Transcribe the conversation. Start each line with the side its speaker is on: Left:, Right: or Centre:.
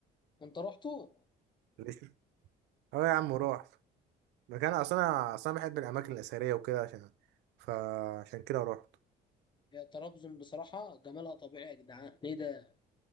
Left: انت رحتوا
Right: ليش اه يا عم رحت مكان اصلا انا اصلا بحب الاماكن الاثريه وكده عشان فعشان كده رحت
Left: يا طرابزون بصراحه جمالها طبيعي يا جدعان ايه ده